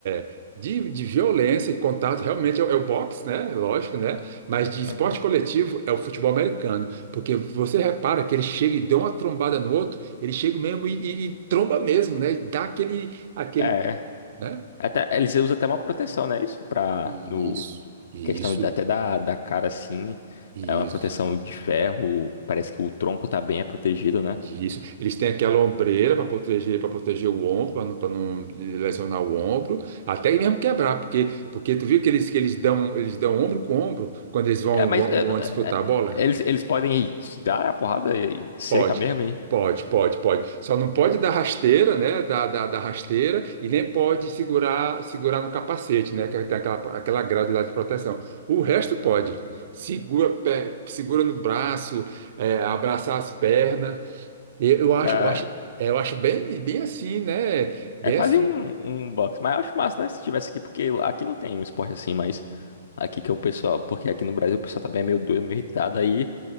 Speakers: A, on the right; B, on the left.
A: é, de, de violência e contato realmente é, o é o boxe, né? Lógico, né? Mas de esporte
B: agora.
A: coletivo é o futebol americano, porque você repara que ele chega e dá uma trombada no outro, ele chega mesmo e, e- e tromba mesmo, né? E Dá aquele, aquele,
B: É,
A: né?
B: Até, eles usam até uma proteção, né? Isso pra,
A: Isso,
B: no,
A: isso,
B: questão de- até da, da cara, assim,
A: isso.
B: é uma proteção de ferro, parece que o tronco tá bem é protegido, né?
A: Isso. Eles têm aquela ombreira para proteger, para proteger o ombro, para não, pra não lesionar o ombro, até mesmo quebrar, porque, porque tu viu que eles, que eles dão, eles dão ombro com ombro quando eles vão,
B: É, mas
A: vão,
B: eu
A: vão disputar
B: é, é,
A: a bola?
B: eles, eles podem se dar a porrada e- seca
A: Pode,
B: mesmo aí.
A: pode, pode, pode. Só não pode dar rasteira, né? Da, da, da rasteira e nem pode segurar, segurar no capacete, né? Que tem aquela, aquela grade lá de proteção. O resto pode. Segura, pé- segura no braço, é, abraçar as pernas. Eu acho,
B: Cara,
A: eu acho, é, eu acho bem, bem assim, né? Bem
B: é quase
A: assim,
B: um, um boxe, mas eu acho massa, né? Se tivesse aqui, porque aqui não tem um esporte assim, mas aqui que é o pessoal, porque aqui no Brasil o pessoal também é meio doido, meio irritado, aí